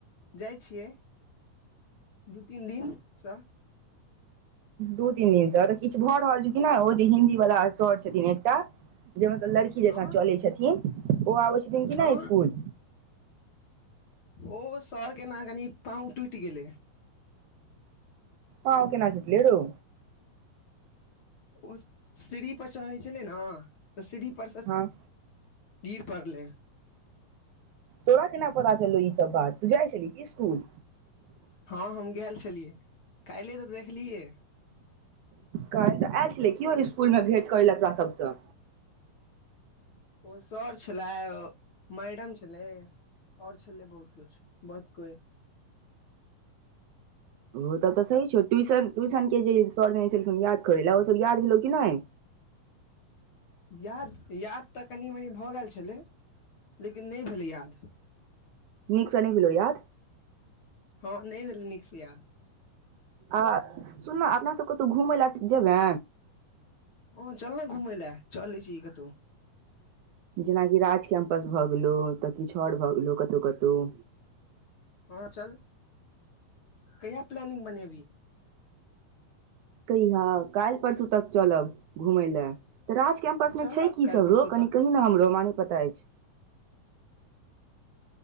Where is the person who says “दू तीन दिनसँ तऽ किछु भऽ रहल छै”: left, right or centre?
Right